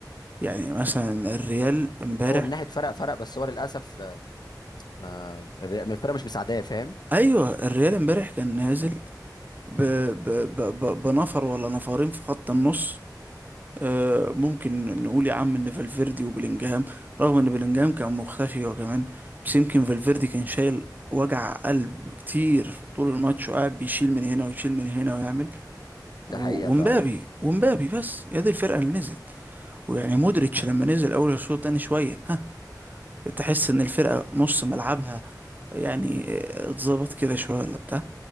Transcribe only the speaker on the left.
هو من ناحيه فرق فرق بس هو للاسف آه، ما الري- الفرق مش مساعداه فاهم
ده حقيقه فعلا